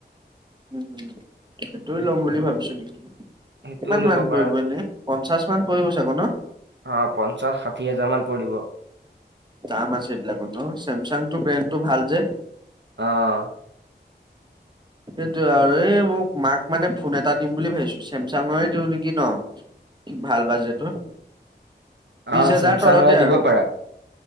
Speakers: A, on the right; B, on the right.
A: উম উম সেইটোৱে
B: হ'ব।
A: ল'ম বুলি ভাবিছ নেকি?
B: সেইটোও
A: কিমান
B: ল'ব
A: মান
B: পাৰা
A: পৰিব এনে? পঞ্চাশ মান পৰিব চাগৈ ন?
B: অ পঞ্চাশ, ষাঠি হাজাৰ মান পৰিব।
A: দাম আছে এইবিলাকৰ ন চেমচাংটো ব্ৰেণ্ডটো ভাল যে।
B: অ
A: সেইটোয়ে আৰু এই মোক মাক মানে ফোন এটা দিম বুলি ভাবিছো চেমচাঙৰে দিওঁ নিকি ন? ভাল বাজেটৰ বিশ
B: অ
A: হেজাৰ
B: ছেমছাং
A: তলতে
B: ৰে দিব
A: আৰু
B: পাৰা